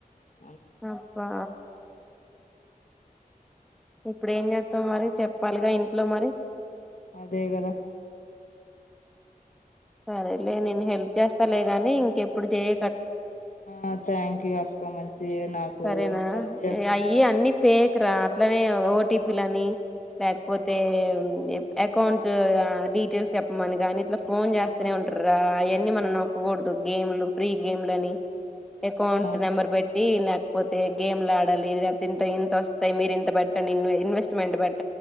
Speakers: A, on the left; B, in the centre.
A: బ
B: అప్పా ఇప్పుడు ఏం చేస్తాం మరి చెప్పాలిగా ఇంట్లో మరి
A: అదే కదా
B: సరేలే నేను హెల్ప్ చేస్తాలే గాని ఇంకెప్పుడు చేయ
A: ఆ థ్యాంక్ యూ అక్క మంచియే నాకు
B: సరేనా
A: హెల్ప్ చేస్తున్నా
B: అయి అన్ని సేమ్ ఇక్కడ అట్లనే ఓటీపి లని లేకపోతే ఎప్ అకౌంట్స్ ఆ డీటెయిల్స్ చెప్పమని కానీ ఇట్ల ఫోన్ చేస్తనే ఉంటారా అవన్నీ మనం నొక్కకూడదు గేమ్లు ప్రీ గేమ్ లని అకౌంట్
A: ఆ
B: నెంబర్ పెట్టి ఇలా పోతే గేమ్లు ఆడాలి లేపోతే ఇంత ఇన్తొస్తాయ్ మీరు ఇంత పెట్టండి ఇన్ ఇన్వెస్ట్మెంట్ పెట్ట